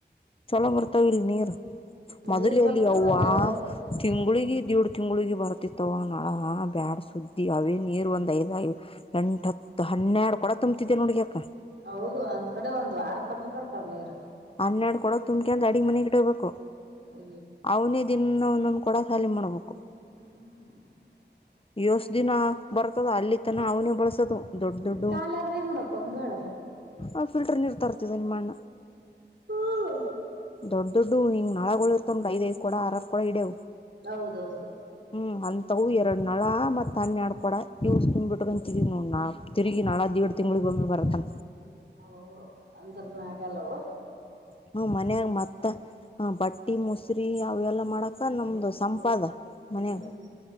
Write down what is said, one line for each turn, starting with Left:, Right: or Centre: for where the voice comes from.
Left: ಚಲೋ ಬರ್ತಾವ ಇಲ್ ನೀರ್ ಮೊದಲೆಯಲ್ಲಿ
Right: ನೀರ್ ಬರ್ತಾವ
Left: ಅವ್ವಾ
Right: ಅಲ್ಲ ಎಲ್ಲ
Left: ತಿಂಳಿಗೆ
Right: ಹ್ಮ್
Left: ದೇಡು ತಿಂಗಳಿಗೆ ಬರ್ತಿತ್ತವ ನಾಳ ಬ್ಯಾಡ್ ಸುದ್ದಿ ಅವೇ ನೀರು ಒಂದ್ ಐದ ಎಂಟತ್ತು ಹನ್ನೆರಡು ಕೊಡ ತುಂಬ್ತಿದ್ದೆ ನೋಡ್ಗ ಅಕ್ಕ
Right: ಹೌದು ಒಂದ್ ಕಡೆ ಒಂದು್ ವಾರ ಕಮ್ಮಿ ಬರ್ತಾವ ನೀರು
Left: ಹನ್ನಾಡ್ ಕೊಡೋ ತುಂಬಕ ಅಂದ್ ಅಡಡಿಗ್ ಮನೆಗ್ ಗಿ ಹೋಗಬೇಕು
Right: ಅ
Left: ಅವನೇ ದಿನನೊನ್ನು ಕೂಡ ಸಾಲಿ ಮಾಡಬೇಕು
Right: ಹ್ಮ್
Left: ಯಷ್ಟ ದಿನ ಬರ್ತದ ಅಲ್ಲಿ ತನ ಅವನೇ ಬಳಸದು ದೊಡ್ಡ ದೊಡ್ಡ
Right: ಕಾಲ ಆದ್ರೆ ಏನ್ ಮಾಡಪ್ಪ ಒಂದ್ ವೇಳೆ
Left: ಆ ಫಿಲ್ಟರ್ ನೀರ್ ತರ್ತಿದೆ ನಿಮ್ಮ ಅಣ್ಣ
Right: ಹ್ಮ
Left: ದೊಡ್ಡ ದೊಡ್ಡ ಹಂಗ ನಳಗಳು ಇರ್ವಂ ಐದಐದು ಕೂಡ ಆರ್ ಕಡವು
Right: ಹೌದೌದು
Left: ಹ್ಮ್ ಅಂತವು ಎರಡ್ ನಳ ಮತ್ ಅನ್ಯ ಆಡ್ಕೊಡ ಇವ ನಿಂಬ್ಬಿಟ್ಟಗಂತಿದೀವಿ ನೋಡಣ ತಿರುಗಿ ನಾನಳಾ ದವಡ್ ತಿಂಳಕೊಮ್ಮಿ ಬರತೆ
Right: ಹ ಅಂದ್ರ ಮಗಲ್ಲವ
Left: ಹ್ಮ ಮನ್ಯಾಗ ಮತ್ತ ಹ ಬಟ್ಟಿ ಮೊಸರಿ ಅವೆಲ್ಲಾ ಮಾಡಕ ನಮ್ದು ಸಂಪಾದ ಮನ
Right: ಹ್ಮ್